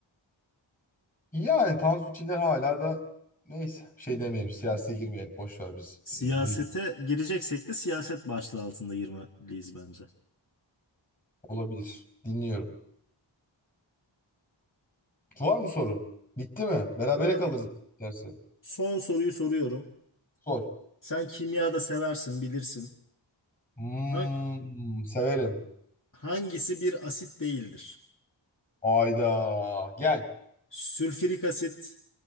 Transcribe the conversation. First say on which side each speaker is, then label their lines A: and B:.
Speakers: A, on the left; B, on the left.
A: Yani Tansu Çiller hala da neyse bir şey demeyelim. Siyasete girmeyelim. Boş ver biz.
B: Siyasete
A: Ee, Bir
B: gireceksek de siyaset başlığı altında girmeliyiz bence.
A: olabilir. Dinliyorum. Var mı sorun? Bitti mi? Berabere
B: Hemen
A: kalırız derse.
B: son soruyu soruyorum.
A: Sor.
B: Sen kimya da seversin, bilirsin.
A: Hmm,
B: Ha-
A: severim.
B: Hangisi bir asit değildir?
A: Ayda. Gel.
B: Sülfürik asit,